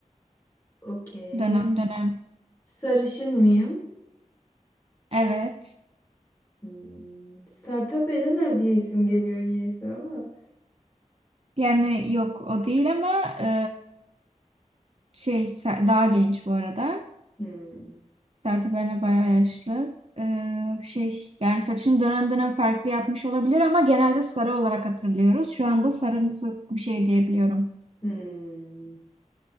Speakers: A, on the left; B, on the right.
A: okey.
B: Dönem dönem.
A: Sarışın mıyım?
B: Evet.
A: Hmm, Sertab Erener diye isim geliyor niyeyse ama.
B: Yani yok o değil ama ee, Şey Ser- daha genç bu arada.
A: Hmm,
B: Sertab Erener bayağı yaşlı. Ee, şey yani saçını dönem dönem farklı yapmış olabilir ama genelde sarı olarak hatırlıyoruz. Şu anda sarımsı bir şey diyebiliyorum.
A: hmm.